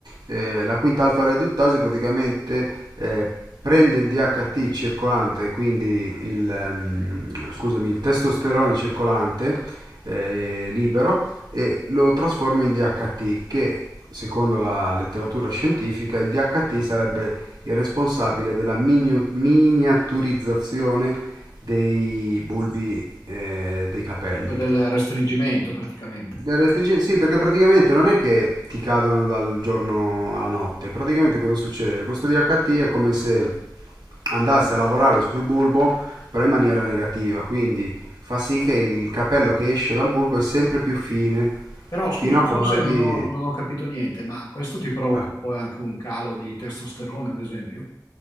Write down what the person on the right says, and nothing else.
eh, la quinta alfa reduttasi praticamente eh, prende il DHT circolante, quindi il, ehm, scusami, il testosterone circolante eh, libero e lo trasforma in DHT che secondo la letteratura scientifica il DHT sarebbe il responsabile della miniu- miniaturizzazione dei bulbi eh, dei capelli.
L'elettricità, sì, perché praticamente non è che ti cadono dal giorno alla notte, praticamente cosa succede? Questo DHT è come se andasse a lavorare sul bulbo, però in maniera negativa, quindi fa sì che il capello che esce dal bulbo è sempre più fine,
fino a quasi...
Beh,